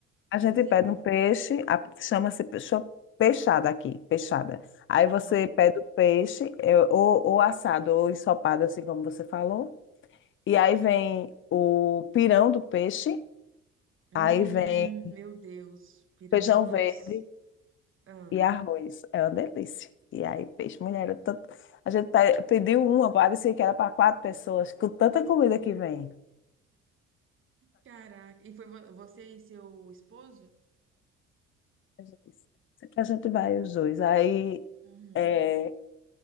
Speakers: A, on the left (about 40°); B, on the right (about 45°).
A: A
B: Cozido.
A: gente pede um peixe, a- chama-se pe- cho- peixada aqui, peixada. Aí
B: Aham.
A: você pede o peixe, é, ou, ou assado, ou ensopado, assim como você falou. E aí vem o pirão do peixe,
B: Hum,
A: aí vem
B: meu Deus, pirão,
A: feijão
B: nossa.
A: verde.
B: Ah,
A: E arroz, é uma delícia. E aí, peixe, mulher, eu tanto... a gente pe- pediu uma, parecia que era para quatro pessoas, com tanta comida que vem.
B: caraca. E foi vo- você e seu esposo?
A: A gente disse, "Isso aqui a gente vai os dois. Aí,
B: Uhum.
A: é,